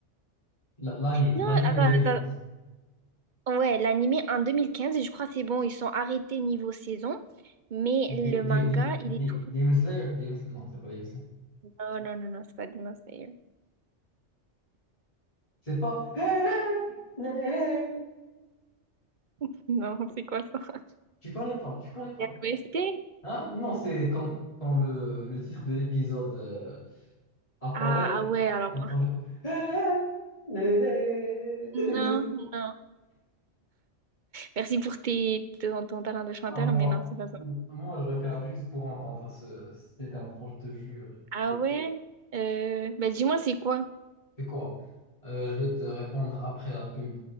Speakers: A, on the left; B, on the right.
A: La- L'anime,
B: Non,
A: l'anime
B: attends,
A: en 2015.
B: attends. Ouais, l'anime en 2015 et je crois que c'est bon, ils sont arrêtés niveau saison. Mais
A: Des,
B: le
A: des,
B: manga,
A: des,
B: il
A: des,
B: est tout...
A: Demon Slayer? Demon Slayer- Non, c'est pas Demon Slayer.
B: Non, non, non, non, c'est pas Demon Slayer.
A: C'est pas. Hey, hey, hey, hey. hey, hey.
B: <laughs> Non, c'est quoi ça?
A: Tu connais pas, tu connais pas.
B: C'est un OST?
A: Hein? Non, c'est quand, quand le, le titre de l'épisode euh, apparaît,
B: Ah, ah ouais, alors...
A: t'entends le. Hey, hey, hey, hey.
B: Non, non. Merci pour tes, ton, ton talent de chanteur,
A: Ah, moi,
B: mais non, c'est pas ça.
A: moi, je regarde juste pour entendre ce, cette intro, je te jure.
B: Ah ouais? Euh, bah dis-moi, c'est quoi?
A: C'est quoi? Euh, je vais te répondre après la pub.